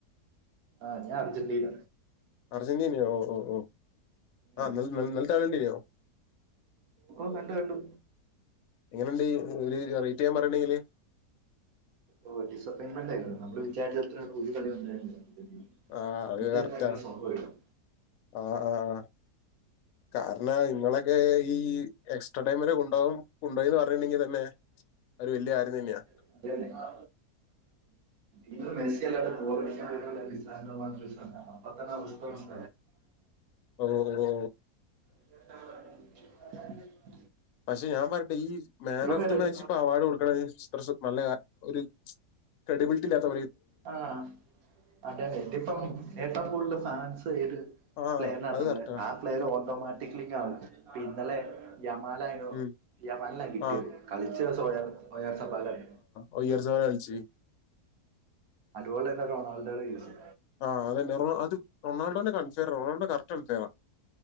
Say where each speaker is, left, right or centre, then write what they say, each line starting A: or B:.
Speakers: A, on the right; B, on the left.
A: ആഹ് ഞാ അർജന്റീന.
B: അർജന്റീന്യോ ഓഹ് ഓഹ് ഓഹ് ആ
A: ഓ
B: ന്നെൽ ന്നെൽത്തെ കള്യണ്ടിന്യോ?
A: ഓ കണ്ടു കണ്ടു
B: എങ്ങനണ്ട് ഒരു റേറ്റ് ഞാ പറിണ്ടെങ്കില്.
A: ഓ ഡിസപ്പയിൻമെന്റായിരുന്നു നമ്മൾ വിചാരിച്ചത്രണ്ട് ഒരു കളി. <unintelligible>
B: ആഹ് അ്
A: ഇന്ത്യ
B: കറക്റ്റ
A: ഭയങ്കര സംഭവമായിരുന്നു
B: ആഹ് ആഹ്. കാരണ ഇങ്ങളൊക്കെ ഈ എക്സ്ട്രാ ടൈം വരെ കൊണ്ടോവും. കൊണ്ടോയിന്ന് പർഞ്ട്ണ്ടെങ്കി തന്നെ ഒരു വല്ല്യ കാര്യം തന്നെയാ.
A: <unintelligible> അ. ഇ മെസ്സ്യല്ല ഗോളടിക്ക വിരണ മാത്ര <unintelligible> മറ്റന്നാ ഉഷ്കമസ്
B: ഒ ഒ ഓ
A: <unintelligible>
B: പക്ഷെ ഞാൻ പറയട്ടെ ഈ മാൻ
A: ബ്രോ
B: ഓഫ്
A: കണ്ടിട്ടുണ്ടോ
B: ദ മാച്ച് ഇപ്പൊ അവാർഡ് കൊടുക്കണത് അത്ര നല്ല ഒരു ക്രഡിബിലിറ്റി ഇല്ലാത്തപോലെ
A: ആഹ് അതെ അതെ ഇതിപ്പം ഏറ്റവും കൂടുതല് ഫാൻസ്ര്
B: ആഹ്
A: പ്ലെയറിനാടത്തൊള്ള
B: അത് കറക്റ്റാ
A: ആ പ്ലെയർ ഓട്ടോമാറ്റക്ലി ആകും പിന്നലെ യമാലായിടോ
B: ഉം
A: യമാൽനാ കിട്ടിയത്
B: ആഹ്
A: കളിച്ച് സ്വയം സ്വയം സപ്പാലായി
B: ഓ യാർ സെവൻ കളിച്
A: അതുപോല തന്നെ റൊണാൾഡോട കേസ്
B: ആ അതന്നെ അത് റൊണാൾഡോന കാണിച്ച റൊണാൾഡോ കറക്റ്റ് കൺ പ്ലെയെറാ